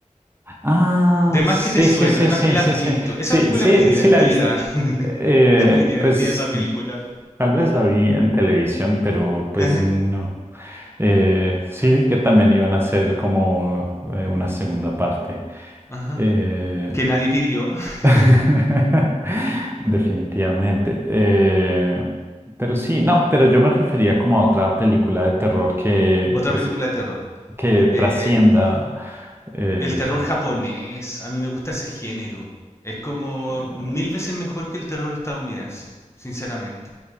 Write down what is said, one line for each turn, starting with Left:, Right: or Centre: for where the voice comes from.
Right: Ah,
Left: De más
Right: sí,
Left: que te suena,
Right: sí, sí,
Left: de
Right: sí,
Left: más que la
Right: sí,
Left: has
Right: sí,
Left: visto. Esa
Right: sí,
Left: película
Right: sí,
Left: es muy divertida.
Right: sí la he visto.
Left: <laughs>
Right: Eh,
Left: es muy divertida
Right: pues
Left: esa película.
Right: tal vez la vi en televisión, pero pues
Left: Ajá.
Right: no. Eh, sí vi que también iban a hacer como eh, una segunda parte.
Left: Ajá.
Right: Eh,
Left: Que nadie pidió. <laughs>
Right: <laughs> Definitivamente. Eh, pero sí, no, pero yo me refería como a otra película de terror que,
Left: Otra
Right: pues,
Left: película de terror.
Right: que trascienda.
Left: Eh,
Right: eh,
Left: el terror japonés. A mí me gusta ese género. Es como
Right: <laughs>
Left: mil veces mejor que el terror estadounidense, sinceramente.